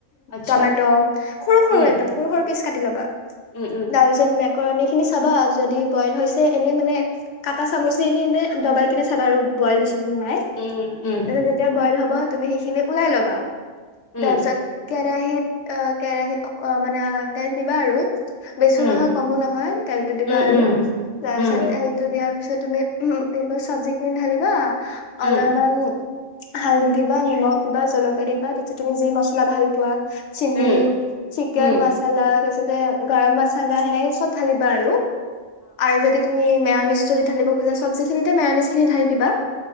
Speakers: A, on the left; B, on the left.
A: আচ্ছা
B: টমেট' সৰু-সৰু
A: উম
B: একদম সৰু-সৰু পিচ কাটি ল'বা।
A: উম
B: তাৰপিছত মেক কৰনি খিনি চাবা যদি বইল হৈছে এনেই মানে কাটা
A: উম
B: চামুচ দি নি এনে ডবাই কিনে চাবা আৰু বইল হৈছে। নাই,
A: উম উম
B: তেনে যেতিয়া বইল হ'ব তুমি সেইখিনি উলাই ল'বা।
A: উম
B: তাৰ পিছত। কেৰাহিত-কেৰাহিত অকণ মানে তেল দিবা আৰু বেছো
A: উম উম
B: নহয় কমো নহয়। দিবা
A: উম
B: আৰু তাৰপিছত
A: উম
B: এলটো দিয়া তাৰপিছত তুমি উমহ এইবাৰ চব্জি খিনি ঢালিবা। অলপমান।
A: উম
B: হাল্‌ধি দিবা, নিমখ দিবা, জলকীয়া দিবা, তাৰপিছত তুমি যি মছলা ভাল পোৱা। চিন্নী,
A: উম
B: চিকেন
A: উম
B: মছলা, তাৰপিছত। গৰম মচালা সেনেকে চব ঢালি বাৰু। আৰু যদি তুমি মেঅ'নিছ যদি ঢালিব খোজা চব্জিখিনিতে মেঅ'নিজি খিনি ঢালি দিবা।